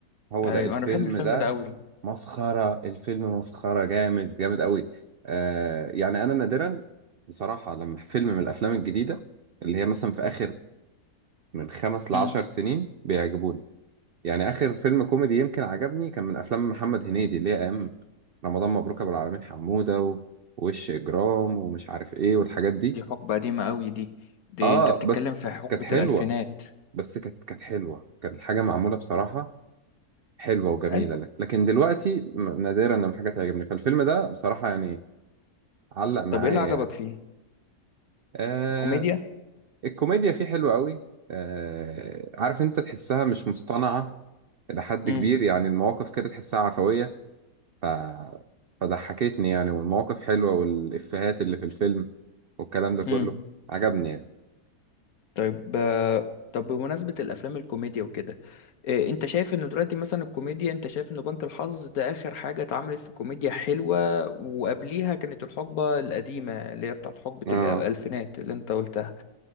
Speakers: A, on the right; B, on the left.
A: هو
B: ايوه
A: ده الفيلم
B: انا بحب الفيلم
A: ده
B: ده قوي
A: مسخرة الفيلم مسخرة جامد جامد قوي آه يعني انا نادرا بصراحة لما فيلم من الافلام الجديدة اللي هي مثلا في اخر من خمس لعشر
B: امم
A: سنين بيعجبوني يعني اخر فيلم كوميدي يمكن عجبني كان من افلام محمد هنيدي اللي هي ايام رمضان مبروك ابو العالمين حمودة و- ووش اجرام ومش عارف ايه والحاجات دي
B: دي حقبة قديمة قوي دي دي
A: اه
B: انت بتتكلم
A: بس
B: في حقبة
A: بس كانت حلوة
B: الالفينات
A: بس كانت كانت حلوه كانت الحاجه معموله بصراحه حلوه وجميله
B: ايوه
A: لك لكن دلوقتي م- نادرا لما حاجه تعجبني فالفيلم ده بصراحه يعني علق معايا
B: طب ايه اللي عجبك
A: يعني
B: فيه
A: آه
B: الكوميديا
A: الكوميديا فيه حلوه قوي آه عارف انت تحسها مش مصطنعه الى حد
B: امم
A: كبير يعني المواقف كده تحسها عفويه ف فضحكتني يعني والمواقف حلوه والافيهات اللي في الفيلم والكلام ده
B: امم
A: كله عجبني يعني
B: طيب آه، طب بمناسبة الأفلام الكوميديا وكده آه، أنت شايف إن دلوقتي مثلا الكوميديا أنت شايف إن بنك الحظ ده آخر حاجة اتعملت في كوميديا حلوة وقبليها كانت الحقبة القديمة اللي هي بتاعت حقبة
A: اه
B: الألفينات اللي أنت قلتها